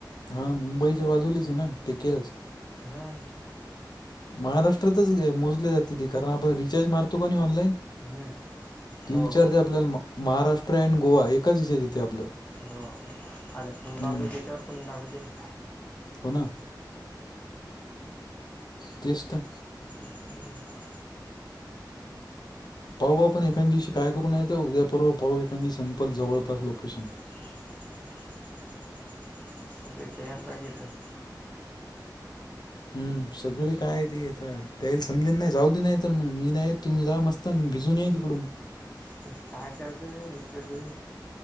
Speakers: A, on the left; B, on the left.
A: हा मुंबईच्या बाजूलीच आहे ना ते केलंच.
B: हां
A: महाराष्ट्रातच मोजले जात ती कारण आपण रिचार्ज मारतो किनाय ऑनलाईन
B: हम्म
A: ती
B: हो
A: विचारते
B: हो
A: आपल्याला मग महाराष्ट्र अँड गोवा एकाच हेच्यात येत आपलं
B: हा आता फोन लावतो
A: हम्म
B: त्याच्यावर पण दाखवते ना.
A: हो ना तेच तर
B: हम्म
A: पाहू आपण एखांदिवशी काय करू नाय तर उद्यापरवा पाहू एखांदी सिंपल जवळपास लोकेशन.
B: <unintelligible> सगळे तयार पाहिजेत.
A: हम्म सगळे काय ती येता त्यायला समजेल नाही जाऊ दे नाही तर मग मी नाही तुम्ही जा मस्त. तान भिजून या तिकडून.
B: ते काय करायचंय इतक्या दुर